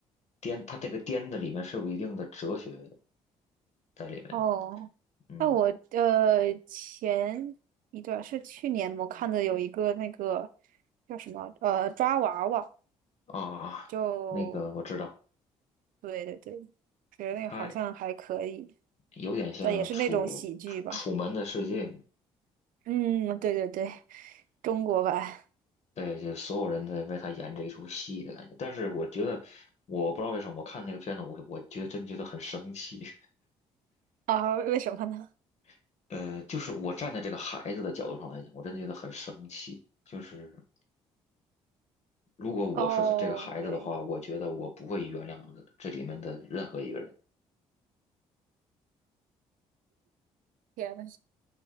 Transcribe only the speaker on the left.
颠，它这个颠的里面是有一定的哲学在里面。
嗯
啊，
那个我知道，
它有点像楚《楚门的世界》
对，就所有人在为他演这一出戏的感觉。但是我觉得，我不知道为什么，我看那个片子，我我觉得真觉得很生气。
<laughs> 呃，就是我站在这个孩子的角度上来讲，我真的觉得很生气。就是如果我是这个孩子的话，
我觉得我不会原谅这里面的任何一个人，